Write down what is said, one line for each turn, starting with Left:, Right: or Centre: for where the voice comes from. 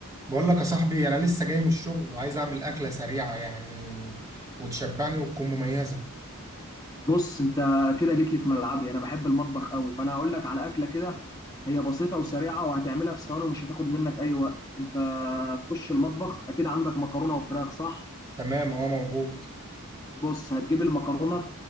Right: بقول لك يا صاحبي انا لسه جاي من الشغل وعايز اعمل اكله سريعه يعني وتشبعني وتكون مميزه
Left: بص انت كده جيت لي في ملعبي انا بحب المطبخ قوي فانا هقول لك على اكله كده هي بسيطه وسريعه وهتعملها في ثواني ومش هتاخد منك اي وقت انت هتخش المطبخ اكيد عندك مكرونه وفراخ صح
Right: تمام اه موجود
Left: بص هتجيب المكرونه